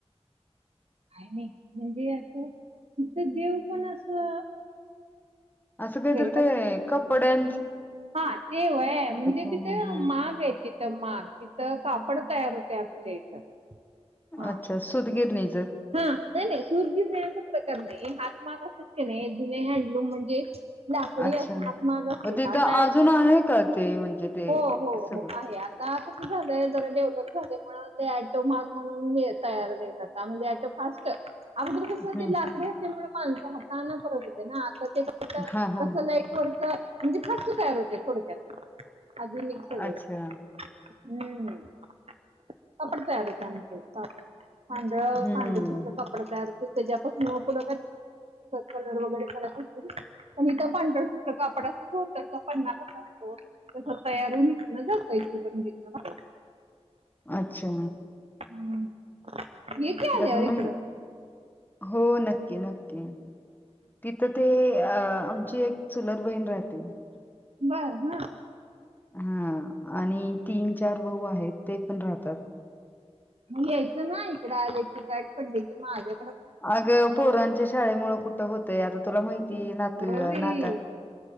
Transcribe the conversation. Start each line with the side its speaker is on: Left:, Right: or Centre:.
Right: काय नाही म्हणजे आता तथ देव पण असं
Left: असं काहीत
Right: वेगळाच-
Left: ते कपड्यां
Right: हा तेव आहे म्हणजे
Left: हा
Right: तिथे माग आहे तिथ मान तिथं कापड तयार होते आमच्या इथं हा
Left: अच्छा सुधगीर नि
Right: हा नाहीले दूध घिरणे असा प्रकार नाही हात माग असत क नाही जुने हँडलूम म्हणजे लाकडी
Left: अच्छा
Right: हातमाग असते
Left: मग तिथं
Right: आता
Left: अजून आहे का ते म्हणजे ते
Right: हो हो
Left: सगळं
Right: हो आहे आ आ कस झालंय जरा डेव्हलप झाल्या ते टोमार्ग म्हणून तयारतातता म्हणजे फ अगर कस
Left: हम्म
Right: लाकडी असल्यामुळे माणसं हातना फरक होते ना आ कस एकडचं
Left: हा हा
Right: म्हणजे फस्ट तयार होते थोडक्यात अज मस ब
Left: अच्छा
Right: हम्म कपडे प्या द त्यांतेांडळा
Left: हम्म
Right: कपडा तयार हो म कलर वगैरे पण इथं पांढरसत्र कापडा सुचो तरचा पन्ना कसा असतो तस तयार होून इचलं जातय घ बर
Left: अच्छा
Right: हम्म ये की आल्यावर
Left: क
Right: इकडं
Left: म हो नक्की नक्की तिथं ते अ आमची एक चुलत बहीण राहते
Right: बर हा
Left: हा आणि तीन चार भाऊ आहेत ते पण राहतात
Right: म यायचं ना इकडे आलं की बॅट पडले की माझ्या
Left: अग पोरांच्या शाळेमु कुठं होतंय आता तुला माहिती त ना
Right: होय
Left: तू
Right: बाई
Left: ना